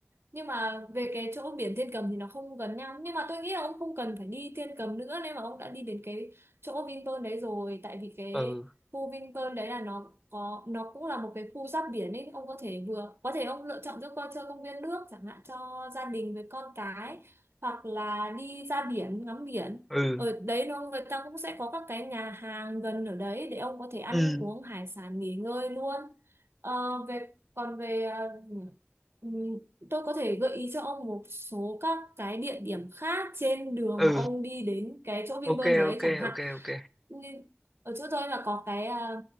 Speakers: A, on the right; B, in the centre.
A: nhưng mà về cái chỗ biển Thiên Cầm thì nó không gần nhau nhưng mà tôi nghĩ là ông không cần phải đi Thiên Cầm nữa nếu mà ông đã đi đến cái chỗ Vinpearl đấy rồi tại vì cái
B: ừ
A: khu Vinpearl đấy là nó có nó cũng là một cái khu giáp biển ấy ông có thể vừa có thể ông lựa chọn giữa coi chơi công viên nước chẳng hạn cho gia đình với con cái hoặc là đi ra biển ngắm biển
B: ừ
A: ở đấy nó người ta cũng sẽ có các cái nhà hàng gần ở đấy để ông có thể ăn
B: ừ
A: uống hải sản nghỉ ngơi luôn Ờ, về còn về ờ, ừ, Tôi có thể gợi ý cho ông một số các cái địa điểm khác trên đường
B: ừ
A: mà ông đi đến cái chỗ Vinpearl
B: ok
A: đấy
B: ok
A: chẳng hạn.
B: ok ok
A: Như ở chỗ tôi là có cái à,